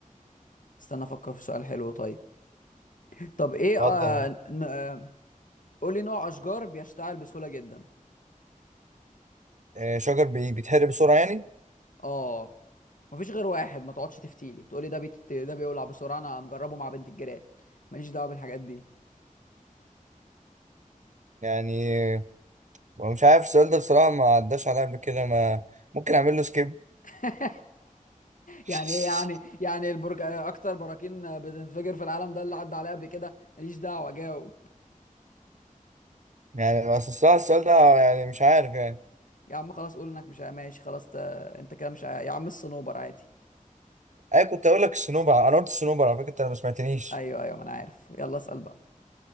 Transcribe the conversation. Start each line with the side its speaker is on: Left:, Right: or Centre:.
Left: استنى افكر في سؤال حلو طيب <laughs> طب ايه آه...
Right: اتفضل
Left: ن... آه... قولي نوع اشجار بيشتعل بسهوله جدا
Right: آه، شجر بي- بيتحرق بسرعه يعني
Left: اه مفيش غير واحد ما تقعدش تفتيلي بتقولي ده بيت... ده بيولع بسرعه انا مجربه مع بنت الجيران ماليش دعوه بالحاجات دي
Right: يعني آه، مش عارف السؤال ده بصراحه ما عداش عليا قبل كده ما ممكن اعمل له سكيب
Left: <laughs>
Right: <laughs>
Left: يعني ايه يعني يعني البرج اكتر براكين بتنفجر في العالم ده اللي عدى عليه قبل كده ماليش دعوه جاوب
Right: يعني بس الصراحه السؤال ده يعني مش عارف يعني
Left: يا عم خلاص قول انك مش ماشي خلاص ت... انت كده مش ع- يا عم الصنوبر عادي
Right: اي كنت اقول لك الصنوبر انا قلت الصنوبر على فكره انت ما سمعتنيش
Left: ايوه ايوه ما انا عارف يلا اسال بقى